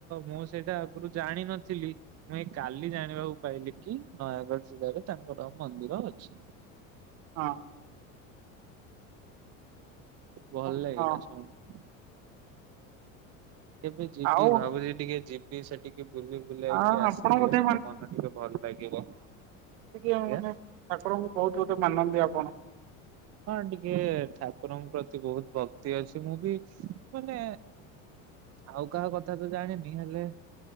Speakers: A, on the right; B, on the right.
A: ମୁଁ ସେଇଟା ଆଗରୁ ଜାଣିିନଥିଲି ମୁଁ ଏ କାଲି ଜାଣିବାକୁ ପାଇଲି କି ନୟାଗଡ ଜିଲ୍ଲାରେ ତାଙ୍କର ମନ୍ଦିର ଅଛି।
B: ହଁ।
A: ଭଲ
B: ହଁ ହଁ
A: ଲାଗିଲା
B: ହଁ
A: ଶୁଣି କେବେ ଯିବି
B: ଆଉ
A: ଭାବୁଛି ଟିକେ ଯିବି ସେଠିକି ବୁଲି ବୁଲାକି
B: ଆ
A: ଆସିଲେ
B: ଆପଣ ବୋଧେ
A: ଟିକେ ମନ ଟିକେ ଭଲ ଲାଗିବ।
B: ଯେମିତି କି
A: ଆଜ୍ଞା
B: ମାନେ ଠାକୁରଙ୍କୁ ବହୁତ ଗୋଟେ ମାନନ୍ତି ଆପଣ
A: ହଁ ଟିକେ ଠାକୁରଙ୍କ ପ୍ରତି ବହୁତ ଭକ୍ତି ଅଛି ମୁଁ ବି ମାନେ ଆଉ କାହା କଥା ତ ଜାଣିନି ହେଲେ